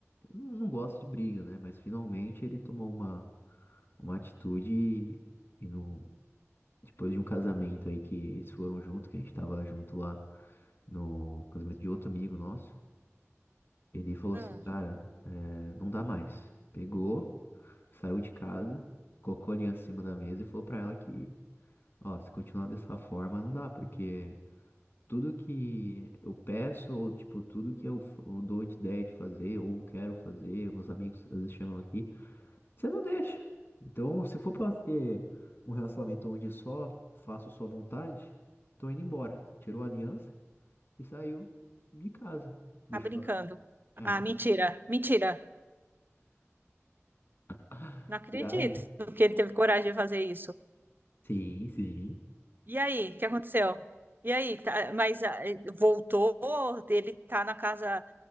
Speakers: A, on the left; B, on the right.
A: eu não, não gosto de briga, né? Mas finalmente ele tomou uma, uma atitude e, e não, depois de um casamento aí que eles foram junto, que a gente tava junto lá no casamento de outro amigo nosso. Ele falou
B: Hum,
A: assim, cara, é, não dá mais. Pegou, saiu de casa, colocou a aliança em cima da mesa e falou pra ela que, ó, se continuar dessa forma, não dá, porque tudo que eu peço, ou tipo, tudo que eu, f- eu dou de ideia de fazer, ou quero fazer, meus amigos às vezes chamam aqui, você não deixa. Então, se for pra ter um relacionamento onde só faço sua vontade, tô indo embora. Tirou a aliança e saiu de casa. Deixou,
B: tá brincando.
A: é,
B: Ah, mentira, mentira.
A: <laughs>
B: Não acredito
A: verdade.
B: que ele teve coragem de fazer isso.
A: Sim, sim.
B: E aí, o que aconteceu? E aí, tá- mas ah, voltou? Ele tá na casa,